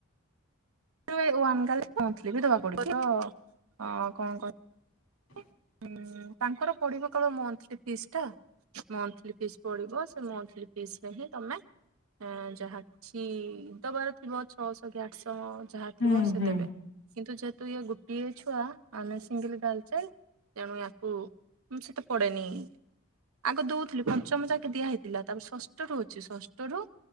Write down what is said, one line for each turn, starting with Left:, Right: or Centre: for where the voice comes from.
Right: <unintelligible> ଗା ପ ବି ଦବାକୁ ପଡୁଛି କଣ କର <unintelligible>
Left: <inaudible>
Right: ହୁଁ ତାଙ୍କର ପଡିବ କେବଳ ମନ୍ଥଲି ଫିସ୍ ଟା ମନ୍ଥଲି ଫିସ୍ ପଡିବ ସେ ମନ୍ଥଲି ଫିସ ରେ ହିଁ ତମେ ଆଁ ଯାହା କିଛି ଦବାର ଥିବ ଛଅଶହ କି ଆଠଶହ ଯାହା
Left: ହୁଁ
Right: ଥିବ ସେ
Left: ହୁଁ।
Right: ଦେବେ କିନ୍ତୁ ଯେହେତୁ ଇ ଗୋଟିଏ ଛୁଆ ମାନେ ସିଙ୍ଗଲ ଗାର୍ଲ ତେଣୁ ୟାକୁଁ ସେତେ ପଡେନି ଆଗ ଦଉଥିଲି ପଞ୍ଚମ ଯାକେ ଦିଆ ହେଇଥିଲା ତାପରେ ଷଷ୍ଠ ରୁ ଅଛି ଷଷ୍ଠରୁ